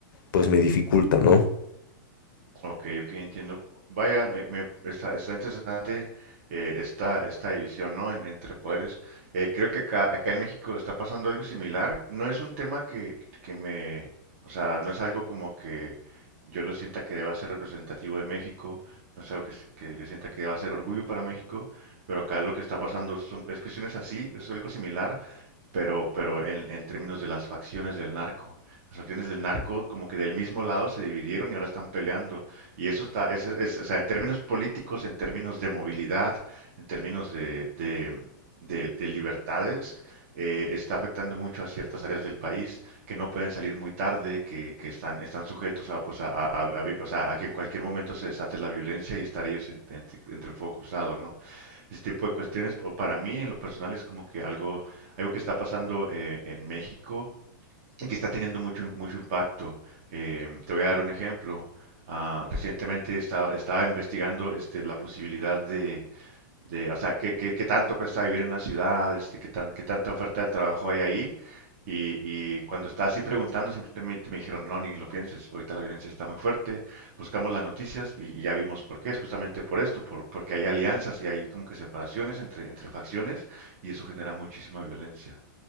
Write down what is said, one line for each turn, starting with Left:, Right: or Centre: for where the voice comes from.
Left: pues me dificulta, ¿no?
Right: Ok, ok, entiendo. Vaya, me, me- está, está interesante eh, esta, esta división, ¿no? En- entre poderes. Eh, creo que acá, acá en México está pasando algo similar. No es un tema que, que me, o sea, no es algo como que yo lo sienta que deba ser representativo de México, no es algo que, s- que yo sienta que deba ser orgullo para México, pero acá lo que está pasando son, es cuestiones así, es algo similar pero, pero en, en términos de las facciones del narco. Las facciones del narco como que del mismo lado se dividieron y ahora están peleando. Y eso está, es, es- es- o sea, en términos políticos, en términos de movilidad, en términos de, de, de- de libertades, eh, está afectando mucho a ciertas áreas del país que no pueden salir muy tarde, que, que están, están sujetos a, pues a, a- a- a vi- o sea, a que en cualquier momento se desate la violencia y estar ellos en- entre entre el fuego cruzado, ¿no? ese tipo de cuestiones, o para mí en lo personal es como que algo, algo que está pasando eh, en México y que está teniendo mucho, mucho impacto. Eh, te voy a dar un ejemplo. Ah, recientemente estaba, estaba investigando este, la posibilidad de, de, o sea, qué, qué, qué tanto cuesta vivir en una ciudad, este, qué tan, qué tanta oferta de trabajo hay ahí. Y, y cuando estaba así preguntando, simplemente me dijeron, no, ni lo pienses, ahorita la violencia está muy fuerte, buscamos las noticias y, y ya vimos por qué, es justamente por esto, por- porque hay alianzas y hay como que separaciones entre, entre facciones y eso genera muchísima violencia.